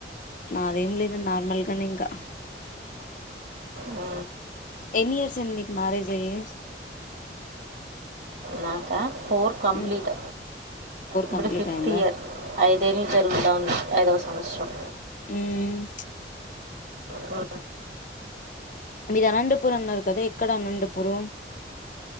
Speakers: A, on the left; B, on the right.
A: నాదేం లేదు నార్మల్గానే ఇంకా
B: ఆ
A: ఎన్ ఇయర్స్ అయ్యింది మీకు మారేజ్ అయ్యి
B: నాకా ఫోర్ కంప్లీట్
A: హ్మ్.
B: ఇప్పుడు
A: కంప్లీట్
B: ఫిఫ్త్
A: అయిందా?
B: ఇయర్ ఐదేళ్ళు జరుగుతాఉంది ఐదో సంవత్సరం
A: హ్మ్ హూ
B: ఉ
A: మీరు అనంతపూర్ అన్నారు కదా ఎక్కడ అనంతపూర్